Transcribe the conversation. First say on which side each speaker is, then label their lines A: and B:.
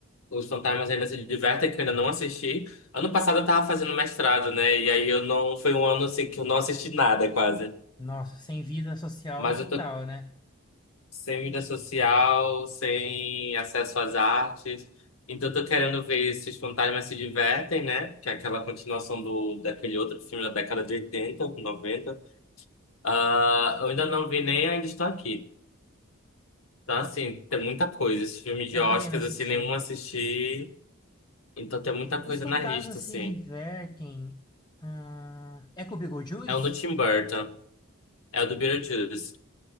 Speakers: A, on the left (about 70°); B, on the left (about 20°).
A: Os Fantasmas ainda se divertem, que eu ainda não assisti. Ano passado eu tava fazendo mestrado, né? E aí eu não. Foi um ano assim que eu não assisti nada, quase.
B: Nossa, sem vida social
A: Mas
B: total,
A: eu tô
B: né?
A: sem vida social, sem acesso às artes. Então eu tô querendo ver se os fantasmas se divertem, né? Que é aquela continuação do, daquele outro filme da década de 80, 90. Ah, eu ainda não vi nem Ainda Estou Aqui. Então, assim, tem muita coisa. Esse filme de
B: Eu
A: Oscars,
B: também não assisti.
A: assim, nenhum assisti. Então tem muita
B: Os
A: coisa
B: fantasmas
A: na lista,
B: se
A: assim.
B: divertem. Ah, é com o Beetlejuice?
A: É um do Tim Burton. É o do Beetlejuice.